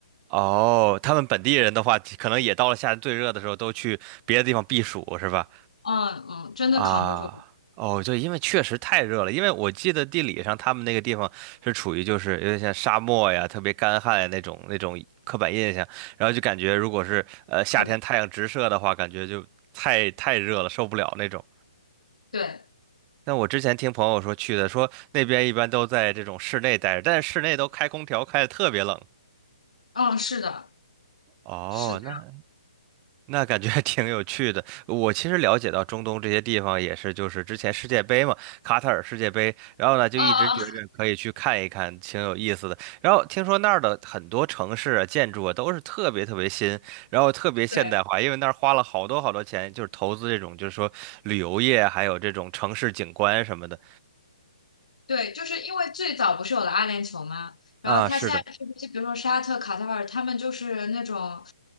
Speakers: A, on the right; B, on the left.
A: 哦，他们本地人的话，可能也到了夏天最热的时候，都去别的地方避暑，是吧？
B: 嗯嗯，真的扛不住，
A: 啊，哦，对，因为确实太热了。因为我记得地理上他们那个地方是处于就是有点像沙漠呀，特别干旱呀那种那种刻板印象，然后就感觉如果是呃夏天太阳直射的话，
B: 特别
A: 感觉就太太热了，受不了那种。
B: 对，
A: 但我之前听朋友说去的，说那边一般都在这种室内待着，但是室内都开空调开的特别冷。
B: 嗯，是的，
A: 哦，
B: 是这样，
A: 那。那感觉还挺有趣的。我其实了解到中东这些地方也是，就是之前世界杯嘛，卡塔尔世界杯，然后呢就一直觉着可以去看一看，
B: 哦哦，哦
A: 挺有意思的。然后听说那儿的很多城市啊、建筑啊都是特别特别新，然后特别现代化，
B: 对。
A: 因为那儿花了好多好多钱，就是投资这种，就是说旅游业，还有这种城市景观什么的。
B: 对，就是因为最早不是有了阿联酋吗？然后他现在是不是比如说沙特、
A: 啊，是的。
B: 卡塔尔，他们就是那种，